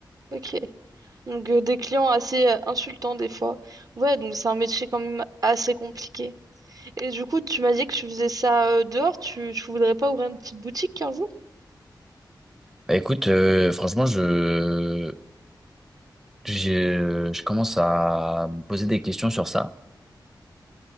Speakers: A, on the right (about 50°); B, in the centre.
A: Ok. Donc euh, des clients assez euh, insultants des fois. Ouais, donc c'est un métier quand même assez compliqué. Et du coup, tu m'as dit que tu faisais ça euh, dehors, tu, tu voudrais pas ouvrir une petite boutique un jour?
B: Bah écoute, euh, franchement, je, j'ai- je commence à me poser des questions sur ça.